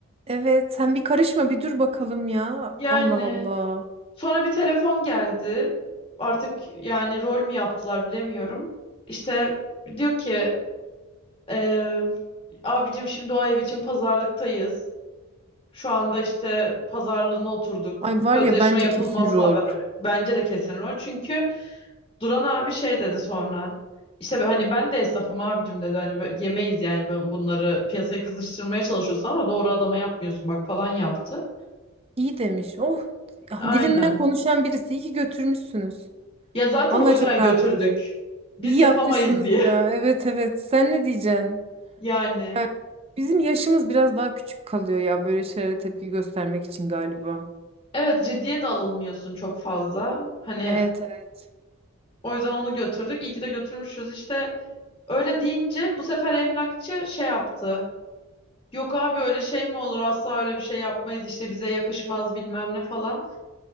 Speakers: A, on the right; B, on the left.
A: Evet, sen bir karışma bir dur bakalım ya.
B: Yani
A: Allah Allah.
B: sonra bir telefon geldi. Artık yani rol mü yaptılar bilemiyorum. İşte diyor ki e, abicim şimdi o ev için pazarlıktayız. Şu anda işte pazarlığına oturduk.
A: Ay
B: Sözleşme
A: var ya bence
B: yapılmazsa
A: kesin rol.
B: haber ver- bence de kesin rol. Çünkü Duran abi şey dedi sonra. İşte ben- hani ben de esnafım abicim dedi. Hani böyle yemeyiz yani ben bunları piyasaya kızıştırmaya çalışıyorsun ama doğru adama yapmıyorsun bak falan yaptı.
A: İyi demiş. Oh, ya
B: Aynen.
A: dilinden konuşan birisi. İyi ki götürmüşsünüz.
B: Ya zaten
A: Vallahi
B: o yüzden
A: çok rahatladım.
B: götürdük. Biz
A: İyi
B: yapamayız
A: yapmışsınız
B: diye.
A: ya. Evet evet. Sen ne diyeceksin?
B: <laughs> Yani.
A: Ya bizim yaşımız biraz daha küçük kalıyor ya böyle şeylere tepki göstermek için galiba.
B: Evet ciddiye de alınmıyorsun çok fazla. Hani
A: Evet evet.
B: o yüzden onu götürdük. İyi ki de götürmüşüz. İşte öyle deyince bu sefer emlakçı şey yaptı. Yok abi öyle şey mi olur asla öyle bir şey yapmayız işte bize yakışmaz bilmem ne falan.